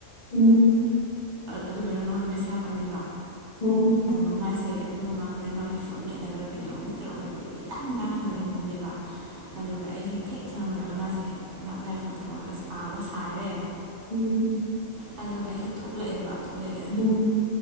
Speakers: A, on the left (about 40°); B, on the right (about 65°).
A: ꯎꯝ
B: ꯑꯗꯨ ꯂꯣꯏꯔ ꯅꯉꯣꯟꯗ ꯃꯦ ꯁꯥꯔꯛꯄꯅꯦꯕ
A: ꯎꯝ
B: ꯑꯗꯨꯒ ꯃꯥꯁꯦ ꯑꯗꯨ ꯃꯃꯥꯡꯗ ꯃꯥꯁ ꯐꯨꯠ ꯃꯦꯠꯂꯒ ꯀꯩꯅꯣꯒꯤ ꯇꯧꯔꯒ ꯂꯥꯡ ꯂꯥꯡꯉꯒ ꯂꯩꯍꯧꯕꯅꯦꯕ ꯑꯗꯨꯒ ꯑꯩꯁꯦ ꯊꯦꯛ ꯊꯪꯍꯨꯔꯒ ꯃꯥꯁꯤꯦ ꯉꯍꯥꯛꯅ ꯂꯥꯏꯔꯤꯛꯁꯨ ꯊꯃꯛꯂꯒ ꯄꯥꯕ ꯁꯥꯔꯦ
A: ꯎꯝ
B: ꯀ ꯖꯒꯥꯁꯦ ꯊꯣꯛꯂꯛꯑꯦꯕ ꯊꯣꯛꯂꯛꯑꯦ
A: ꯎꯝ ꯎꯝ